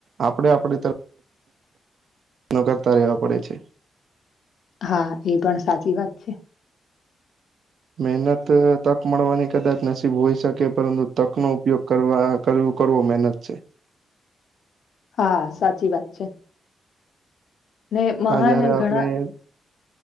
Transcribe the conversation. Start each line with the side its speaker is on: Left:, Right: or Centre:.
Right: આપડે આપણી તરફ નગરતા રહેવા પડે છે.
Left: હા એ પણ સાચી વાત છે.
Right: મહેનત તક મળવાની કદાચ નસીબ હોય શકે પરંતુ તક નો ઉપયોગ કરવા કરવુ કરવુ મહેનત છે.
Left: હા સાચી વાત છે. ને મહાન
Right: હા જયારે આપણે
Left: ઘણા